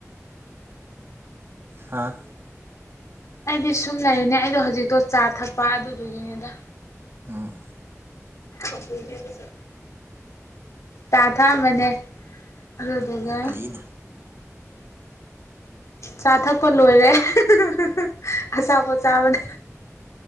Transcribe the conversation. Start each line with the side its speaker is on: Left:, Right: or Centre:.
Right: ꯍꯥꯥ
Left: ꯑꯩꯗꯤ ꯁꯨꯝ ꯂꯩꯔꯤꯅꯦ ꯑꯩꯗꯣ ꯍꯧꯖꯤꯛꯇꯣ ꯆꯥ ꯊꯛꯄ ꯑꯗꯨꯗꯨꯒꯤꯅꯦꯗ
Right: ꯎꯝ
Left: ꯑꯈꯣꯏꯅꯦ ꯑꯗꯨꯁꯨ ꯇꯥ ꯊꯛꯑꯝꯕꯅꯦ ꯑꯗꯨꯗꯨꯒ
Right: ꯐꯩꯅꯦ
Left: ꯆꯥ ꯊꯛꯄ ꯂꯣꯏꯔꯦ ꯍꯦ ꯍꯦ ꯍꯦ ꯑꯆꯥꯄꯣꯠ ꯆꯥꯕꯅꯦ